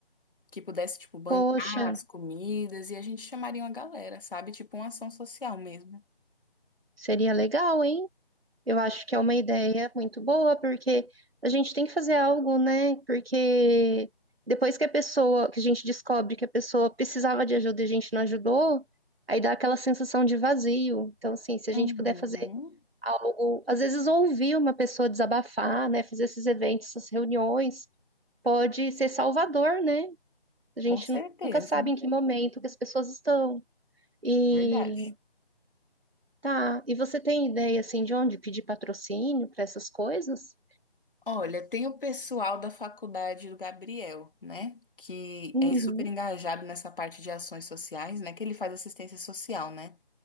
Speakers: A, on the left; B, on the right.
A: que pudesse, tipo, bancar
B: Poxa,
A: as comidas e a gente chamaria uma galera, sabe? Tipo, uma ação social mesmo.
B: seria legal, hein? Eu acho que é uma ideia muito boa, porque a gente tem que fazer algo, né? Porque depois que a pessoa, que a gente descobre que a pessoa precisava de ajuda e a gente não ajudou, aí dá aquela sensação de vazio. Então, assim, se a
A: Uhum.
B: gente puder fazer algo, às vezes ouvir uma pessoa desabafar, né? Fazer esses eventos, essas reuniões, pode ser salvador, né? A gente
A: Com certeza,
B: nunca sabe em que momento que as pessoas estão. e
A: verdade.
B: Tá. E você tem ideia assim de onde pedir patrocínio para essas coisas?
A: Olha, tem o pessoal da faculdade do Gabriel, né? Que
B: Uhum.
A: é super engajado nessa parte de ações sociais, né? Que ele faz assistência social, né?